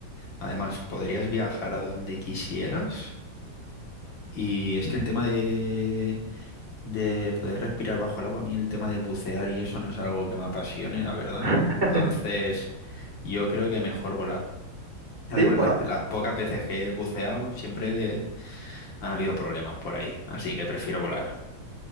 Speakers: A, on the left; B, on the right.
A: además podrías viajar a donde quisieras. Y es que el tema de, de poder respirar bajo el agua, a mí el tema de bucear y eso no es algo que me apasione, la verdad.
B: <laughs>
A: Entonces, yo creo que mejor volar. Además,
B: Sí, bueno,
A: las, las pocas veces que he buceado siempre han habido problemas por ahí, así que prefiero volar.